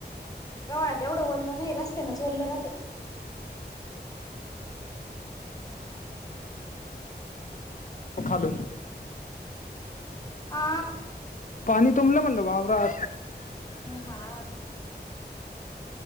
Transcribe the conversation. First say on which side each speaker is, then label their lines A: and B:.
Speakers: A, on the left; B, on the left.
A: गवळ्यात एवढं ओरलं नाही रस्त्यानच ओरलं राहत
B: खालून
A: आ
B: पाणी तुमला म्हणलं बाबरा
A: हा